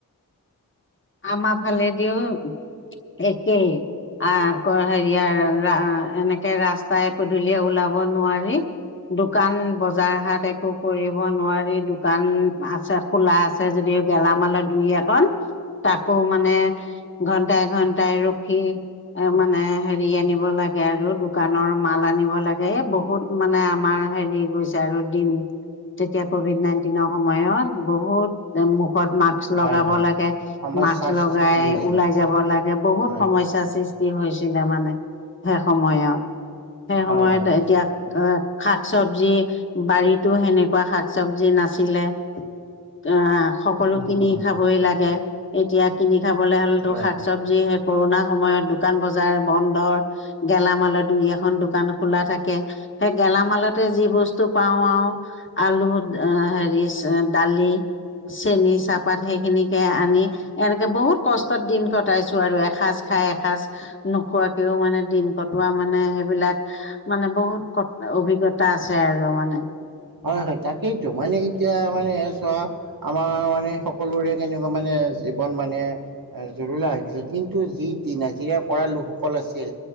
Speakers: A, on the left (about 35°); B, on the right (about 70°).
A: আমাৰ ফালেদিওঁ একেই। আঁ হেৰিয়াৰ, এনেকে ৰাস্তাই পধূলিয়ে ওলাব নোৱাৰি। দোকান, বজাৰ হাত একো কৰিব নোৱাৰি। দোকান আছে। খোলা আছে যদি, গেলামালৰ দুই, এখন। তাকো, মানে ঘন্টাই, ঘন্টাই ৰখি এ' মানে, হেৰি আনিব লাগে আৰু দোকানৰ মাল আনিব লাগে। এ' বহু বহুত মানে, আমাৰ হেৰি গৈছে আৰু দিন। তেতিয়া, ক'ভিড নাইন্টিনৰ সময়ত, বহুত মুখত মাস্ক মাস্ক লগাব
B: হয় হয়
A: লাগে,
B: সমস্যাৰ
A: মাস্ক লগাই
B: সৃষ্টি হৈছিল
A: ওলাই যাব লাগে। বহুত
B: হয়
A: সমস্যা সৃ কি হৈছিলে মানে? সেই সময়ত, সেই
B: হয়
A: সময়ত
B: হয়
A: এতিয়া অ'! শাক চবজি, বাৰীতো সেনেকুৱা শাক চবজি নাছিলে।। অ'! সকলো
B: উম
A: কিনি
B: উম
A: খাবই লাগে। এতিয়া, কিনি খাবলে হ'লেতো
B: হয়।
A: চবজি সেই, কৰোনাৰ সময়ত, দোকান বজাৰ বন্ধৰ। গেলামালৰ দুই, এখন দোকান খোলা থাকে। সেই, গেলামালতে যি বস্তু পাওঁ আৰু। আলু, হেৰি দালি, চেনি, চাহপাত সেইখিনিকে আনি এনেকে বহুত কষ্টত দিন কটাইছোঁ আৰু! এসাঁজ খাই এসাঁজ নোখোৱাকেও মানে, দিন কটোৱা মানে, সেইবিলাক মানে, বহুত অভিজ্ঞতা আছে আৰু মানে।
B: হয়, হয়, তাকেইতো! মানে, এতিয়া মানে, চোৱা আমাৰ মানে, সকলোৰে কেনেকুৱা মানে? জীৱন মানে? জুৰুলা হৈছিল। কিন্তু, যিদিনা নাজিৰা পৰ লোকসকল আছিল।